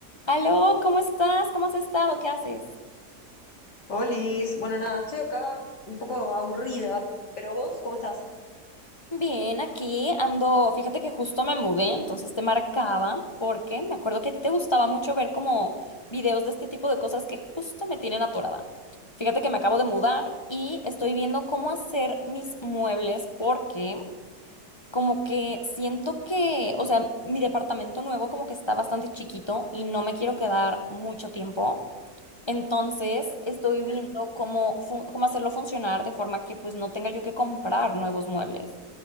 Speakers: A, on the left; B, on the left.
A: Aló, ¿cómo estás? ¿Cómo has estado? ¿Qué haces?
B: Olis, bueno, nada, estoy acá un poco aburrida, pero vos, ¿cómo estás?
A: Bien, aquí ando, fíjate que justo me mudé, entonces te marcaba porque me acuerdo que te gustaba mucho ver como videos de este tipo de cosas que justo me tienen atorada. Fíjate que me acabo de mudar y estoy viendo cómo hacer mis muebles porque como que siento que, o sea, mi departamento nuevo como que está bastante chiquito y no me quiero quedar mucho tiempo. Entonces, estoy viendo
B: Mm,
A: cómo, fu- cómo hacerlo funcionar de forma que pues no tenga yo que comprar nuevos muebles